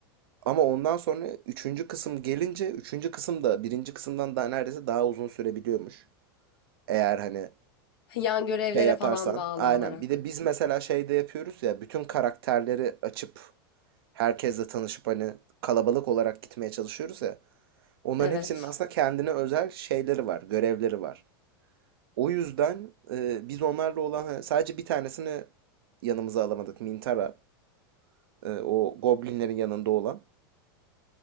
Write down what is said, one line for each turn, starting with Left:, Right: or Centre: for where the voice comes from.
Right: Ama ondan sonra üçüncü kısım gelince üçüncü kısım da birinci kısımdan daha neredeyse daha uzun sürebiliyormuş. Eğer hani
Left: Yan görevlere
Right: şey yaparsan.
Left: falan bağlı
Right: Aynen.
Left: olarak.
Right: Bir de biz mesela şeyde yapıyoruz ya bütün karakterleri açıp herkesle tanışıp hani kalabalık olarak gitmeye çalışıyoruz ya. Onların
Left: Evet.
Right: hepsinin aslında kendine özel şeyleri var, görevleri var. O yüzden e, biz onlarla olan hani sadece bir tanesini yanımıza alamadık. Mintara, e, o goblinlerin yanında olan.